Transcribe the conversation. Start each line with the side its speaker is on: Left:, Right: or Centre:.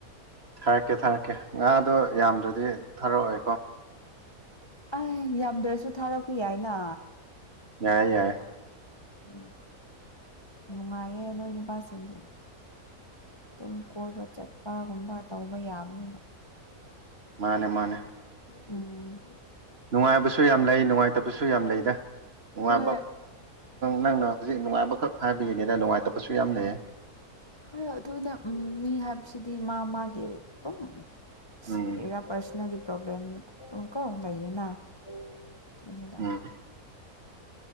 Right: ꯊꯥꯔꯛꯀꯦ ꯊꯥꯔꯛꯀꯦ ꯉꯥꯗꯣ ꯌꯥꯝꯗ꯭ꯔꯗꯤ ꯊꯥꯔꯛꯑꯣꯏꯀꯣ
Left: ꯑꯩ ꯌꯥꯝꯗ꯭ꯔꯁꯨ ꯊꯥꯔꯛꯄ ꯌꯥꯏꯅ
Right: ꯌꯥꯏꯌꯦ ꯌꯥꯏꯌꯦ
Left: ꯎꯝ ꯅꯨꯡꯉꯥꯏꯌꯦ ꯅꯣꯏ ꯅꯨꯄꯥꯁꯤꯡꯗꯤ ꯇꯨꯝ ꯀꯣꯏꯕ ꯆꯠꯄꯒꯨꯝꯕ ꯇꯧꯕ ꯌꯥꯕꯅꯤꯅ
Right: ꯃꯥꯅꯦ ꯃꯥꯅꯦ
Left: ꯎꯝ
Right: ꯅꯨꯡꯉꯥꯏꯕꯁꯨ ꯌꯥꯝ ꯂꯩ ꯅꯨꯡꯉꯥꯏꯇꯕꯁꯨ ꯌꯥꯝ ꯂꯩꯗ ꯅꯨꯡꯉꯥꯏꯕ
Left: ꯍꯣꯏ
Right: ꯅꯪꯅ ꯍꯧꯖꯤꯛ ꯅꯨꯡꯉꯥꯏꯕꯈꯛ ꯍꯥꯏꯕꯒꯤꯅꯤꯗ ꯅꯨꯡꯉꯥꯏꯇꯕꯁꯨ ꯌꯥꯝ ꯂꯩꯌꯦ
Left: ꯍꯣꯏ ꯑꯗꯨꯅ ꯎꯝ ꯃꯤ ꯍꯥꯏꯕꯁꯤꯗꯤ ꯃꯥ ꯃꯥꯒꯤ ꯑꯗꯨꯝ
Right: ꯎꯝ
Left: ꯀꯔꯤꯔ ꯄꯔꯁꯅꯦꯜꯒꯤ ꯄ꯭ꯔꯣꯕ꯭ꯂꯦꯝꯀꯣ ꯂꯩꯌꯦꯅ ꯑꯗꯨꯅꯦꯗ
Right: ꯎꯝ